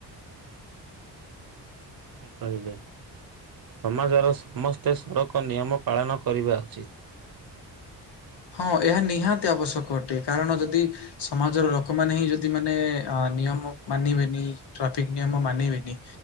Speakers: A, on the right; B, on the left.
A: ଠିକ୍ କହିଲେ ସମାଜର ସମସ୍ତେ ସଡ଼କ ନିୟମ ପାଳନ କରିବା ଉଚିତ୍।
B: ହଁ ଏହା ନିହାତି ଆବଶ୍ୟକ ଅଟେ କାରଣ ଯଦି ସମାଜର ଲୋକମାନେ ହିଁ ଯଦି ମାନେ ଅ ନିୟମ ମାନିବେନି ଟ୍ରାଫିକ ନିୟମ ମାନିବେନି।